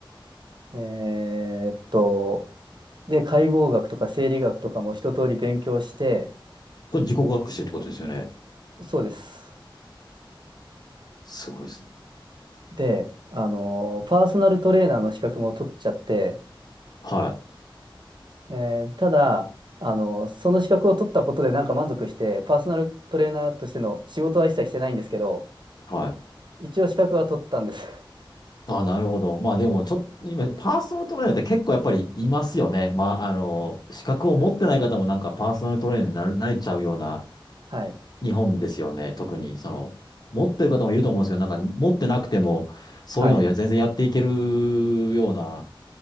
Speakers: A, on the right; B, on the left.
A: えーっと、で、解剖学とか生理学とかも一通り勉強して、
B: これ自己学習ってことですよね。
A: そうです。
B: すごいですね。
A: で、あの、パーソナルトレーナーの資格も取っちゃって、
B: はい。
A: えーただ、あの、その資格を取ったことでなんか満足して、パーソナルトレーナーとしての仕事は一切してないんですけど、
B: はい。
A: 一応資格は取ったんです。
B: あ、なるほど。まあでも、ちょっと、今、パーソナルトレーナーって結構やっぱりいますよね。まあ、あの、資格を持ってない方もなんかパーソナルトレーナーになるなれちゃうような
A: <laughs> はい。
B: 日本ですよね。特に、その、持ってる方もいると思うんですけど、なんか持ってなくても、そういうのをや全然やっていけるような
A: はい。